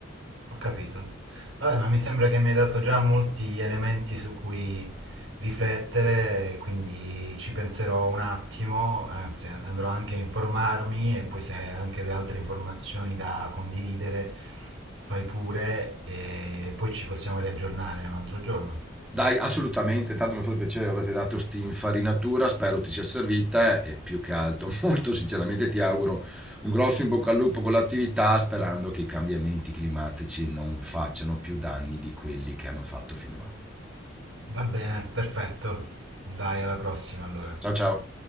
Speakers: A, on the right; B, in the centre.
A: Ho capito. Vabbè, ma mi sembra che mi hai dato già molti elementi su cui riflettere, quindi ci penserò un attimo, anzi andrò anche a informarmi e poi se hai anche delle altre informazioni da condividere, fai pure e poi ci possiamo riaggiornare un altro giorno.
B: Dai, assolutamente, tanto mi ha fatto piacere averti dato questa infarinatura, spero ti sia servita e più che altro, <laughs> molto sinceramente ti auguro un grosso in bocca al lupo con l'attività, sperando che i cambiamenti climatici non facciano più danni di quelli che hanno fatto finora.
A: Va bene, perfetto. Dai, alla prossima allora.
B: Ciao ciao!